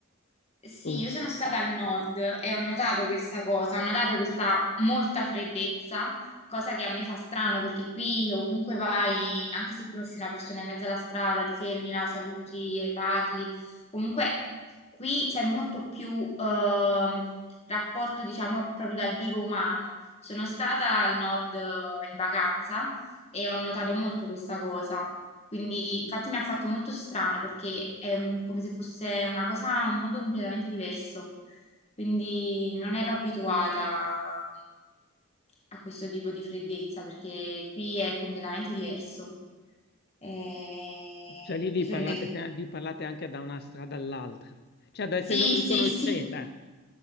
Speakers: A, on the left; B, on the left.
A: Sì,
B: Oh,
A: io sono stata al nord e ho notato questa cosa, ho notato questa molta freddezza, cosa che a me fa strano perché qui ovunque vai, anche se conosci una persona in mezzo alla strada, ti fermi, la saluti e parli. Comunque qui c'è molto più ehm, rapporto, diciamo, proprio dal vivo umano. Sono stata al nord eh, in vacanza e ho notato molto questa cosa. Quindi, infatti, mi ha fatto molto strano perché è mm, come se fosse una cosa, un mondo completamente diverso. Quindi, non ero abituata a questo tipo di freddezza perché qui è completamente diverso. Eh,
B: cioè lì vi
A: io sono
B: parlate,
A: dei...
B: cioè vi parlate anche da una strada all'altra, cioè da-
A: Sì,
B: se non vi
A: sì,
B: conoscete.
A: sì.